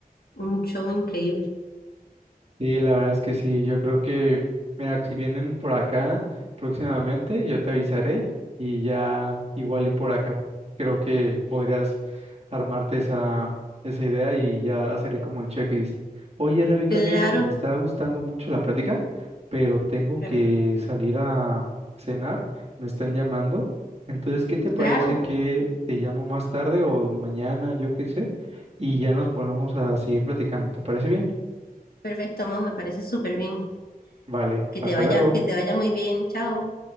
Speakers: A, on the left (about 85°); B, on the right (about 45°).
A: un show increíble.
B: Sí, la verdad es que sí, yo creo que, mira, si vienen por acá próximamente, yo te avisaré y ya igual y por acá creo que podrías armarte esa, esa idea y ya haceré como el checklist. Oye, Rebeca,
A: Claro.
B: fíjate que me está gustando mucho la plática, pero tengo
A: Claro,
B: que salir a cenar, me están llamando. Entonces, ¿qué te parece
A: claro.
B: que te llamo más tarde o mañana, yo qué sé, y ya nos ponemos a seguir platicando? ¿Te parece bien?
A: Perfecto, Mau, me parece súper bien.
B: Vale,
A: Que
B: hasta
A: te vaya,
B: luego.
A: que te vaya muy bien. Chao.